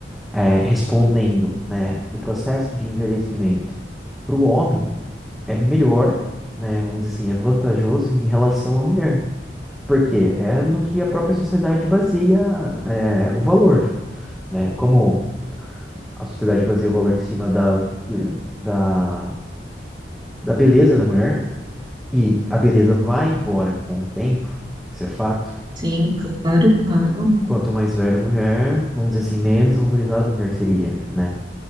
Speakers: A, in the centre; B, on the right.
A: é, respondendo, né, o processo de envelhecimento para o homem é melhor, né, vamos dizer assim, é vantajoso em relação à mulher. Por quê? É no que a própria sociedade baseia, é, o valor, né? Como a sociedade baseia o valor em cima da, da, da beleza da mulher, E a beleza vai embora com o tempo, isso é fato.
B: Sim, claro, claro.
A: Quanto mais velha a mulher, vamos dizer assim, menos valorizada a mulher seria, né?